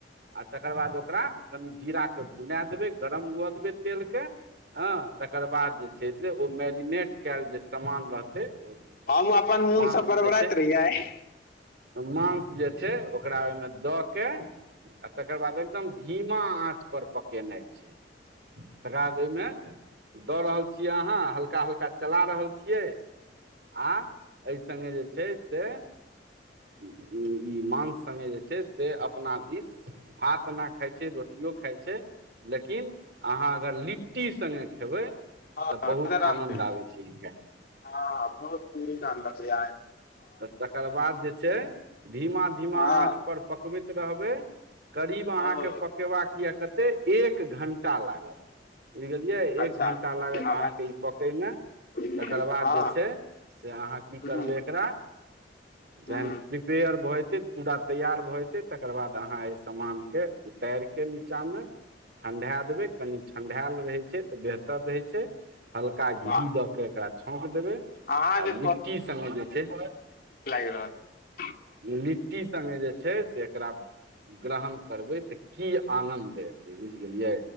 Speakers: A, on the right (about 65°); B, on the left (about 55°).
A: आ तकर बाद ओकरा, कनि जीराकेँ भुना देबै गरम हुअ देबै तेलके। हँ तकर बाद जे छै से, ओ मैरिनेट कयल जे सामान रहतै। ओ
B: हम अपन मोनसँ
A: मांस
B: बरबराइत
A: जे छै
B: रहिय।
A: मांस जे छै ओकरा ओहिमें। के आ तकर बाद एकदम धीमा आँच पर पकेनाइ छै। तकर बाद ओयमें। दऽ रहल छियै अहाँ, हल्का-हल्का चला रहल छियै। आ एहि संगे जे छै से। ई मांस संगे जे छै। से अपना दिस भातना खाइ छै, रोटियो खाइ छै। लेकिन अहाँ अगर लिट्टी संगे खेबै।
B: हँ
A: तऽ
B: राधे
A: बहुत
B: राधे
A: आनन्द आबै छैइ।
B: हँ बहुत पूरी क बतै य।
A: तऽ तकर बाद जे छै, धीमा-धीमा
B: हँ
A: आँच पर पक। बैइत रहबै, करीब अहाँके
B: हँ ओ
A: पकेबाक। य कते, एक घण्टा लागत। बुझि गेलियै,
B: अच्छा
A: एक घण्टा लागत
B: आवाज
A: अहाँके ई पकैमें।
B: हँ
A: तकर बाद जे छै, से अहाँ की करबै
B: हूँ
A: एकरा।
B: हूँ
A: जहन प्रिपेयर भऽ जइतै पूरा तैयार भऽ। तकर बाद अहाँ एहि सामान के उतैरि के नीचा में। ठण्ढाए देबै, कनि ठण्ढायल रहै छै तऽ बेहतर रहै छै। हल्का घी
B: वाह
A: दऽ के एकरा छौंक देबै,
B: अहाँ
A: आ
B: जे
A: लिट्टी सङ्गे जे छै।
B: कर।
A: लिट्टी संगे जे छै से, एकरा ग्रहण करबै तऽ की। आनंद एते बुझ गेलियै,